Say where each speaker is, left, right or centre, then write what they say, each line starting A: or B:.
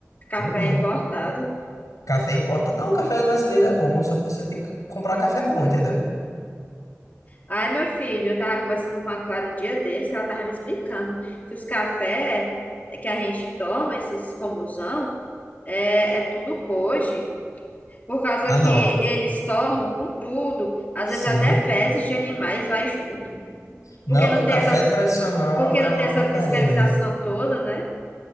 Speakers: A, on the left; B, on the left.
A: Café
B: Urra,
A: importado.
B: café importa. Não, o café brasileiro é bom, só que você tem que comprar um café bom, entendeu?
A: Ai, meu filho, eu tava conversando com a Clara um dia desse, ela tava me explicando que os cafés que a gente toma, esses comusão, é, é tudo pode. Por causa
B: Ah,
A: que
B: não.
A: eles torram com tudo, às
B: Sim.
A: vezes até fezes de animais vai junto,
B: Não,
A: porque não
B: o
A: tem
B: café
A: essa,
B: tradicional
A: porque
B: é
A: não
B: uma
A: tem essa
B: porcaria
A: fiscalização
B: mesmo.
A: toda, né?